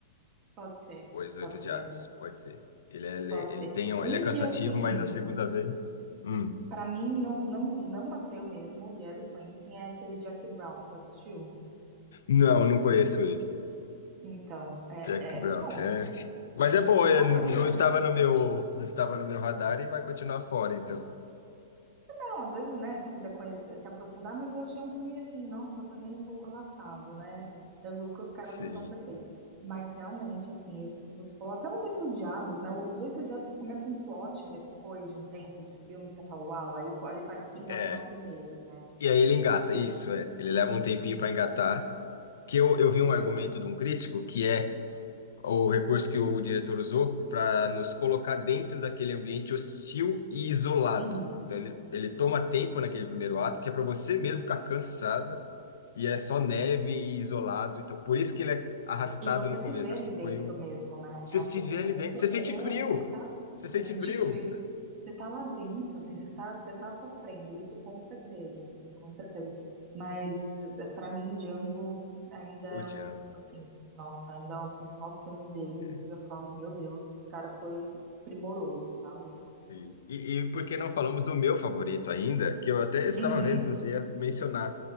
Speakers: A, on the right; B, on the left.
A: pode ser,
B: Os Oito
A: pode
B: Odiados,
A: ser,
B: pode ser. Ele é, ele,
A: pode
B: ele
A: ser.
B: tem, um-
A: Um
B: ele é cansativo,
A: que, assim,
B: mas a segunda vez... Hum.
A: pra mim não, não, não bateu mesmo, e é do Quentin, é aquele Jack Brown, você assistiu?
B: Não, não conheço esse.
A: Então, é,
B: Jack
A: é,
B: Brown,
A: bom,
B: é... Mas é bom, é,
A: vale
B: n-
A: a pena?
B: não estava no meu, não estava no meu radar e vai continuar fora, então.
A: Não, às vezes, né, se quiser conhecer, se aprofundar, mas eu achei um filme assim, nossa, também um pouco arrastado, né? Eu, que os caras
B: Sim.
A: não são perfeitos. Mas realmente, assim, esse que você falou, até os Oito Odiados, né? Os Oito Odiados começa um plot depois de um tempo de filme que você fala, uau, aí, co- aí parece que engata
B: É.
A: uma primeira, né?
B: E aí ele engata, isso, é. Ele leva um tempinho para engatar. Que eu, eu vi um
A: É.
B: argumento de um crítico que é o recurso que o diretor usou para nos colocar dentro daquele ambiente hostil e isolado.
A: Uhum.
B: Então, ele, ele toma tempo naquele primeiro ato, que é para você mesmo ficar cansada, e é só neve e isolado. Então, por isso que ele é arrastado
A: E você
B: no
A: se
B: começo.
A: vê
B: Acho
A: ali
B: que
A: dentro
B: foi um.
A: mesmo, né?
B: Você
A: É,
B: se
A: o, o
B: vê ali
A: começo
B: dentro, você sente
A: é,
B: frio!
A: é, você tá,
B: Você sente
A: você sente
B: frio!
A: frio, você tá lá dentro, assim, você tá, você tá sofrendo, isso com certeza, assim, com certeza. Mas eh, pra mim, Django ainda é
B: O Django.
A: o, assim, nossa, ainda é o principal filme dele
B: É,
A: que eu falo, meu Deus, esse cara foi primoroso, sabe?
B: Sim. E, e por que não falamos do meu favorito ainda, que eu até estava
A: Uhum.
B: vendo se você ia mencionar,